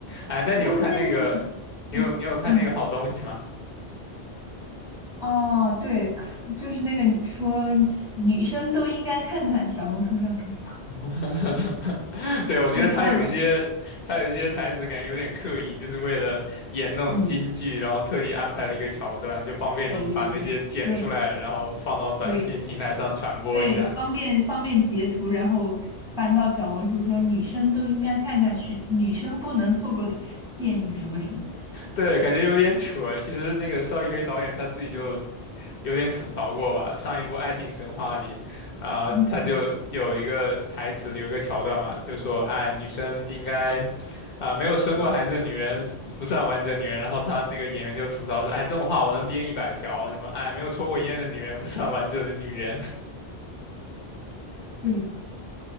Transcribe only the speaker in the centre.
不过现，
嗯嗯。哦，对，看就是那个说女生都应该看看小红书上说，
我看了，
嗯，
有有有，对
对对，方便方便截图，然后搬到小红书说女生都应该看看是女生不能错过的电影什么什么，
嗯嗯，
对，